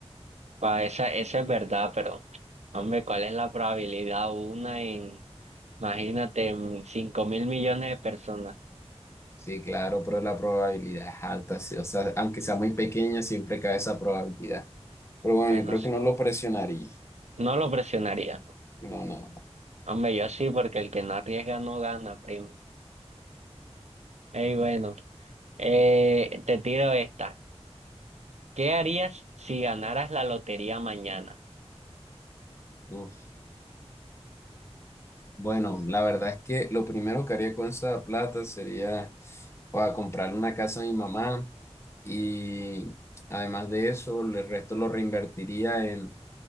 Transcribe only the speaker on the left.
sí, claro, pero la probabilidad es alta, sí, o sea, aunque sea muy pequeña, siempre cae esa probabilidad. Pero bueno,
yo creo
que no lo presionaría.
No, no.
no. Bueno, la verdad es que lo primero que haría con esa plata sería para comprarle una casa a mi mamá y además de eso, el resto lo reinvertiría en,